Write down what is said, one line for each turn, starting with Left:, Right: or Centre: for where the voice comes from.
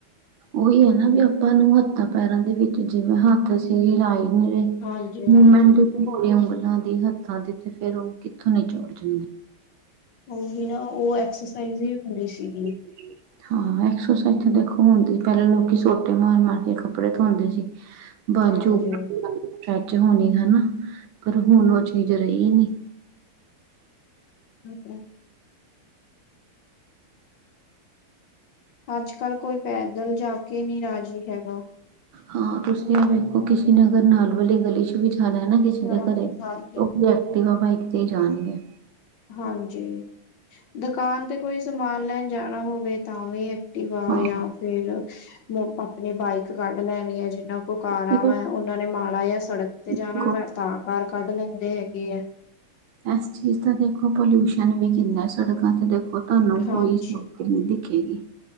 Right: ਓਈ ਆ ਨਾ ਵੀ ਆਪਾਂ ਨੂੰ ਹੱਥਾਂ ਪੈਰਾਂ ਦੇ ਵਿੱਚ ਜਿਵੇਂ ਹੱਥ ਅਸੀਂ ਹਿਲਾਏ ਓਰ
Left: ਹਾਂਜੀ, ਹਾਂਜੀ।
Right: ਮੂਮੰਟ। <unintelligible> ਹੱਥਾਂ ਦੀ ਤੇ ਫੇਰ ਓ ਕਿੱਥੋਂ ਨਿਚੋੜ ਜਨ
Left: ਓਹੀ ਨਾ ਓ ਐਕਸਰਸਾਈਜ਼ ਈ ਏ ਪੂਰੀ ਸੀਗੀ।
Right: <inaudible> ਹਾਂ, ਐਕਸਰਸਾਈਜ਼ ਤਾਂ ਦੇਖੋ ਹੁੰਦੀ ਸੀ ਪੈਲੇ ਲੋਕੀਂ ਸੋਟੇ ਮਾਰ-ਮਾਰ ਕੇ ਕੱਪੜੇ ਧੋਂਦੇ ਸੀ। ਬਾਜੂ
Left: ਹਾਂਜੀ।
Right: <unintelligible> ਹਣਾ ਪਰ ਹੁਣ ਓ ਚੀਜ ਰਈ ਨੀ।
Left: <inaudible> ਆੱਜ-ਕਾੱਲ ਕੋਈ ਪੈਦਲ ਜਾ ਕੇ ਨੀ ਰਾਜੀ ਹੈਗਾ।
Right: ਹਾਂ, ਤੁਸੀਂ ਐ ਵੇਖੋ ਕਿਸੀ ਨੇ ਅਗਰ ਨਾਲ ਵਾਲੀ ਗਲੀ 'ਚ ਵੀ ਜਾਨਾ ਐ ਨਾ ਕਿਸੇ
Left: ਸਾਰਾ
Right: ਦੇ ਘਰੇ,
Left: ਕੁਝ
Right: ਤੇ
Left: ਹਾਂਜੀ।
Right: ਓ <unintelligible> ਐਕਟਿਵਾ, ਬਾਈਕ ਤੇ ਈ ਜਾਨਗੇ।
Left: ਹਾਂਜੀ, ਦੁਕਾਨ ਤੇ ਕੋਈ ਸਮਾਨ ਲੈਣ ਜਾਣਾ ਹੋਵੇ ਤਾਂ ਵੀ ਐਕਟਿਵਾ
Right: ਹਾਂ
Left: ਯਾ ਫੇਰ, ਵ ਆਪਨੀ ਬਾਈਕ ਕਾੱਡ ਲੈਨੀ ਆ ਜਿਨਾਂ ਕੋਲ ਕਾਰਾਂ
Right: ਇਹ
Left: ਵਾ ਓਨਾਂ ਨੇ ਮਾੜਾ ਜਾਂ ਸੜਕ ਤੇ
Right: ਦੇਖੋ,
Left: ਜਾਨਾ ਵਾ ਤਾਂ ਕਾਰ ਕਾੱਢ ਲੈਂਦੇ ਹੈਗੇ ਐ।
Right: ਐਸ ਚੀਜ਼ ਦਾ ਦੇਖੋ ਪੋਲਿਊਸ਼ਨ ਵੀ ਕਿੰਨਾ ਸੜਕਾਂ ਤੇ ਦੇਖੋ ਤੁਹਾਨੂੰ
Left: ਹਾਂਜੀ
Right: ਕੋਈ <unintelligible> ਦਿਖੇਗੀ